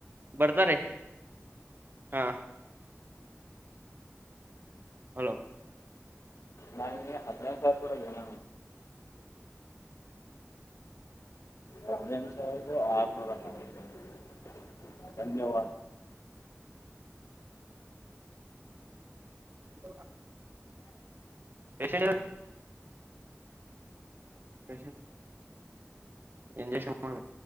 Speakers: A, on the right; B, on the left.
A: ಬರ್ತಾರಿ ಹಾ. ಹಲೋ
B: ನಾ ನಿಂಗೆ ಹದ್ನಾರ್ ಸಾವಿರ ಕೂಡದೆನು. ಹದ್ನೆಂಟ್ ಸಾವಿರದಾ ಆರ್ನೂರ <unintelligible> ಧನ್ಯವಾದ.
A: <unintelligible> ಎಷ್ಟ <unintelligible> ಇಂಜೆಕ್ಷನ್ ಮಾಡ